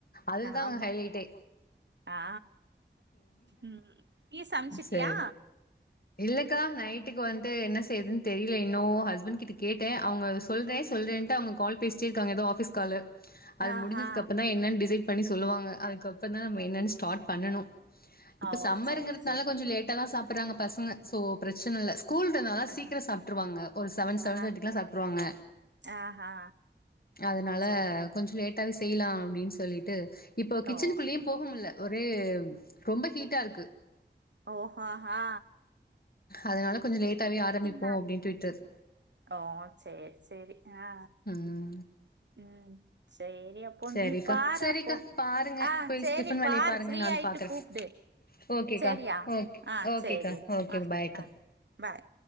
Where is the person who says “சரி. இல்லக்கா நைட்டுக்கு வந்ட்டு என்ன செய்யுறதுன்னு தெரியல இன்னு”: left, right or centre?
Left